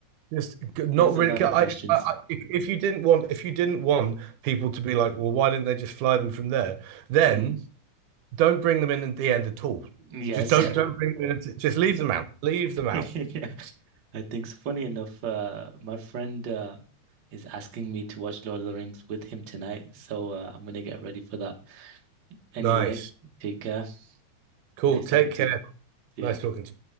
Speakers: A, on the right; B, on the right.
A: Just g- not
B: there's a
A: really.
B: lot of
A: I,
B: questions.
A: I, I, if if you didn't want, if you didn't want people to be like, well, why didn't they just fly them from there? Then
B: Mm,
A: don't bring them in at the end at all.
B: yes,
A: Just don't don't bring them in. At, just leave them out. Leave
B: <laughs>
A: them out.
B: Yeah. I think, so. funny enough, uh, my friend uh, is asking me to watch Lord of the Rings with him tonight, so uh, I'm gonna get ready for that. Anyway,
A: Nice.
B: take care.
A: Cool.
B: Nice
A: Take
B: talking
A: care.
B: to you. See
A: Nice
B: ya.
A: talking to you. Bye.